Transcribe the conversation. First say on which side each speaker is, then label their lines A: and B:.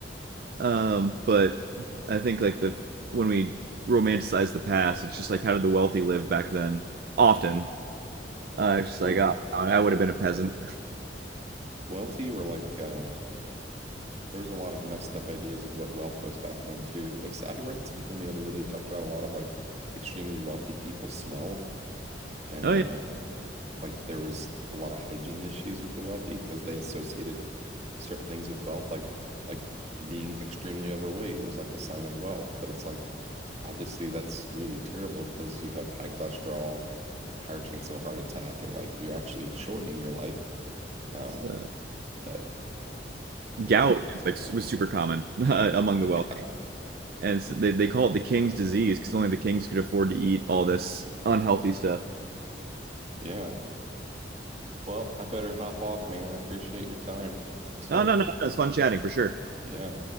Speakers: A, on the right; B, on the right.
A: Um, but I think like the when we romanticize the past, it's just like how did the wealthy live back then? Often, uh, it's just like
B: True.
A: oh, I would have been a peasant.
B: Wealthy were like uh there was a lot of messed up ideas of what wealth was back then too. They s- I read something the other day they talked about a lot of like extremely wealthy people smelled and
A: Oh yeah,
B: uh like there was a lot of hygiene issues with the wealthy because they associated certain things with wealth, like like being extremely overweight was like a sign of wealth, but it's like obviously that's really terrible because you have high cholesterol, higher chance of a heart attack, and like you're actually shortening your life. Um,
A: it's, uh,
B: but you
A: gout
B: know,
A: is like was super common <laughs> among the
B: <laughs>
A: wealthy,
B: yeah,
A: and it's, they they call it the king's disease because only the kings could afford to eat all this unhealthy stuff.
B: yeah. Well, I better hop off, man. I appreciate your time. So,
A: No, no, no, no, it's fun chatting for sure.
B: yeah.